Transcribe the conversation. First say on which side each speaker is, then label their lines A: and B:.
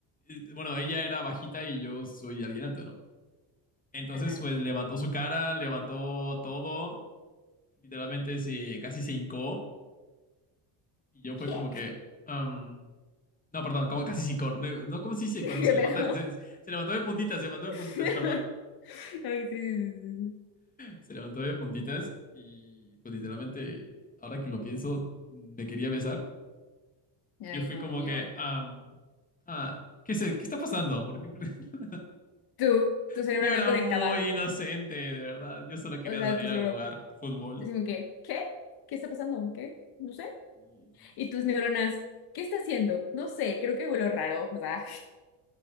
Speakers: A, on the left; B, on the left.
A: eh, Bueno, ella era bajita y yo soy alguien alto, ¿no? Entonces,
B: Ajá.
A: pues levantó su cara, levantó todo, literalmente se, casi se hincó. Y yo fue
B: ¿Qué?
A: como que, am, no, perdón, como casi se hincó. No, no, ¿cómo se dice?
B: <laughs>
A: Cuando
B: ¿Qué
A: se levanta,
B: pedo?
A: se, se levantó de puntitas, se levantó de puntitas,
B: <laughs>
A: perdón.
B: Ay, sí, sí, sí, sí.
A: Se levantó de puntitas y pues literalmente, ahora que lo pienso, me quería besar.
B: Ay,
A: Y Yo fui
B: no,
A: como
B: amigo.
A: que, am, ah, ¿qué sé, qué está pasando? Porque <laughs>
B: Tú, tu cerebro
A: yo
B: no
A: era
B: conectaba.
A: muy inocente, de verdad. Yo solo quería
B: O sea,
A: salir
B: tu cerebro,
A: a jugar fútbol.
B: decimos que, ¿qué? ¿Qué está pasando? ¿Qué? No sé.
A: <laughs> Sí, sí, sí.
B: Y tus neuronas, ¿qué está haciendo? No sé, creo que huelo raro. O sea,